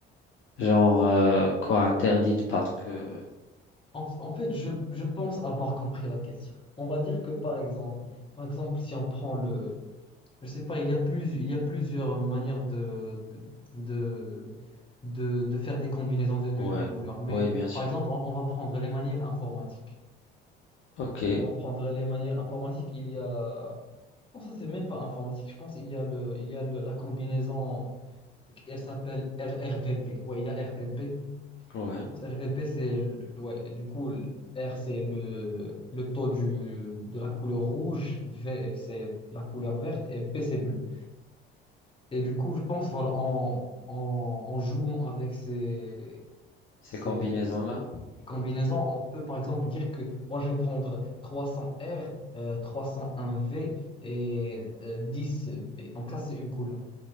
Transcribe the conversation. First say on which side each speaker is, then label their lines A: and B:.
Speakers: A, on the left (about 45°); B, on the left (about 20°).
A: Genre euh, quoi, interdite parce que.
B: En, en fait, je, je pense avoir compris la question. On va dire que par exemple, par exemple, si on prend le, je sais pas, il y a plus, il y a plusieurs manières de, de, de, de- faire des combinaisons de, de-
A: Ouais,
B: de couleurs. Mais
A: ouais, bien sûr.
B: par exemple, on, on va prendre les manières informatiques.
A: Ok,
B: On va prendre les manières informatiques. Il y a, non, ça c'est même pas informatique. Je pense il y a le, il y a le- la combinaison. Elle s'appelle R- RVB. Ouais, il y a R V B
A: ouais.
B: Je pense RVP, c'est le- ouais, du coup, le R, c'est le, le taux du, de la couleur rouge, V, c'est la couleur verte, et P, c'est bleu. Et du coup, je pense, voilà, en, en, en jouant avec ces,
A: Ces
B: ces
A: combinaisons-là.
B: combinaisons, on peut par exemple dire que moi, je vais prendre 300 R, euh, 301 V et euh, 10 B. Donc, ça, c'est une couleur.